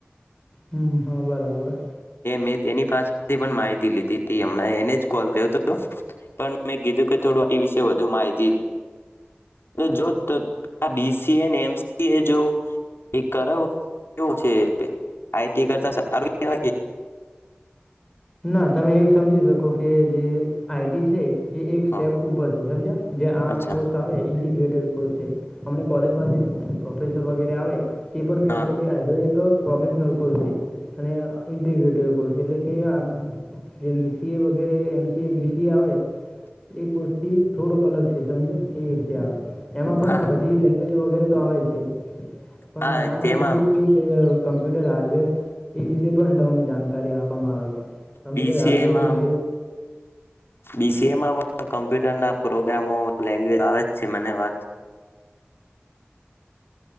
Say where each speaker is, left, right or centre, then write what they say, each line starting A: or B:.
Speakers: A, on the left; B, on the left.
A: હમ હા બરાબર
B: મેં તેની પાસેથી પણ માહિતી લીધી હતી હમણાં એને જ કોલ કર્યો હતો પણ મેં કીધું કે થોડું એ વિશે વધુ માહિતી એ જોત ત આ બીસી એમસી એ જો એક કરો કેવો છે આઈટી કરતા આરોગ્ય
A: ના તમે એ સમજી શકો કે જે આઈટી છે એ એક સ્ટેપ
B: હ
A: ઉપર છે સમજ્યા જે આ
B: અચ્છા
A: કોર્સ આવે ઇન્ટીગ્રેટ કોલેજમાં જે પ્રોફેસર વગેરે આવે તે પણ કહે
B: હા
A: છે કે આરો એક પ્રોફેશનલ કોર્સ છે અને ઇન્ટીગ્રેટેડ કોર્સ એટલે કે આ જે બીસીએ વગેરે એમસી એ બીસીએ આવે એ કોર્સ થી થોડોક અલગ છે સમજો એવી રીતે આવે એમાં પણ
B: હા
A: આ બધી લેંગ્વેજ વગેરે આવે છે પણ
B: હા
A: આમાં
B: તેમાં
A: થોડું કેવું કવા કમ્પ્યુટર હાર્ડવેર એ વિષશે પણ તમને જાણ છ કાર આપવામાં આવે છે કમપ્યુટર
B: બીસીએમાં
A: હડવેર એલ્
B: બીસીએમાં પણ કમ્પ્યુટરના પ્રોગ્રામો લેંગ્વેજ આવે છે મને વાત